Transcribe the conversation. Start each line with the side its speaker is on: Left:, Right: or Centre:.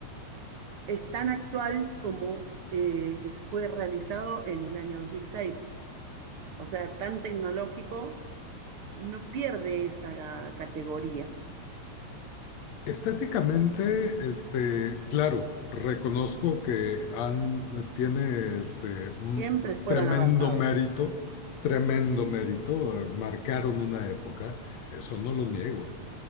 Right: es tan actual como el eh, que fue realizado en el año 2006. O sea, tan tecnológico, no pierde esa categoría.
Left: Estéticamente, este, claro, reconozco que han, eh, tiene este, un
Right: Siempre fueron
Left: tremendo
Right: avanzados.
Left: mérito, tremendo mérito, eh, marcaron una época, eso no lo niego.